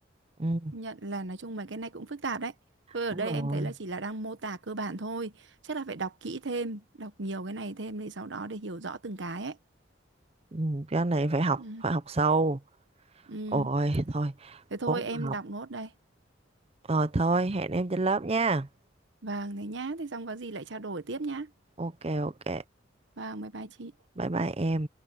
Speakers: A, on the right; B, on the right.
A: Ừ,
B: Công nhận là nói chung mấy cái này cũng phức tạp đấy. Thôi ở
A: đúng
B: đây
A: rồi.
B: em thấy là chỉ là đang mô tả cơ bản thôi. Chắc là phải đọc kỹ thêm, đọc nhiều cái này thêm để sau đó để hiểu rõ từng cái ấy.
A: Ừ, cái này phải học
B: Ừ.
A: phải học sâu
B: Ừ.
A: ôi thôi
B: Thế thôi
A: cố
B: em
A: mà học
B: đọc nốt đây.
A: rồi thôi hẹn em trên lớp nha
B: Vâng, thế nhá. Thế xong có gì lại trao đổi tiếp nhá.
A: ok ok
B: Vâng, bye bye chị.
A: bye bye em